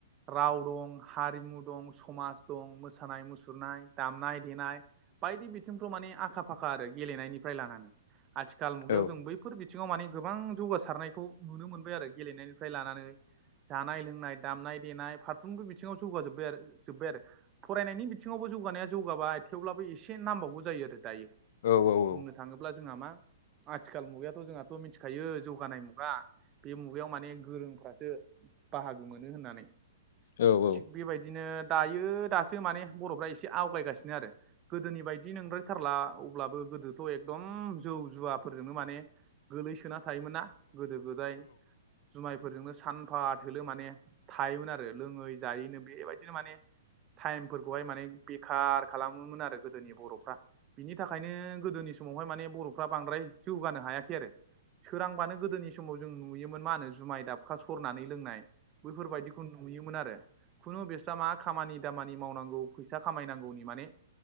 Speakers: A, on the right; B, on the left.
A: राव ढं हारिमु दं समाज दं मोसानाय मुसुरनाय दामनाय देनाय बायदि बिथिंफ्राव माने आखा फाखा आरो गेलेनायनिफ्राय लानानै आथिखाल मुगायाव
B: औ
A: जों बै बेफोर बिथिङाव माने गोबां जौगासारनायखौ नुनो मोनबाय आरो गेलेनायनिफ्राय लानानै जानाय लोंनाय दामनाय देनाय फारफ्रोमबो बिथिङाव जौगाजोब्बाय आरो जोबबाय आरो फरायनायनि बिथिङावबो जौगानाया जौगाबाय थेवब्लाबो एसे नांबावगौ जायो आरो दायो
B: औ औ
A: बुंनो
B: औ
A: थाङोब्ला जोंहा मा आथिखाल मुगायाथ' जोंहाथ' मिथिखायो जौगानाय मुगा बे मुगायाव माने गोरोंफ्रासो बाहागो मोनो होननानै
B: औ औ
A: थिग बेबायदिनो दायो दासो माने बर'फ्रा एसे आवगायगासिनो आरो गोदोनि बायदि नोंद्रायथारला अब्लाबो गोदोथ' एकदम जौ जुवाफोरजोंनो माने गोलैसोना थायोमोन ना गोदो गोदाय जुमायफोरजोंनो सानफा थोलो माने थायोमोन आरो लोङै जायोनो बेबायदिनो माने टाइमफोरखौहाय माने बेखार खालामोमोन आरो गोदोनि बर'फ्रा बिनि थाखायनो गोदोनि समावहाय माने बर'फ्रा बांद्राय जौगानो हायाखै आरो सोरांबानो गोदोनि समाव जों नुयो मोन मा होनो जुमाय दाबखा सरनानै लोंनाय बैफोरबायदिखौ नुयोमोन आरो खुनु बिफ्रा मा खामानि दामानि मावनांगौ फैसा खामायनांगौनि माने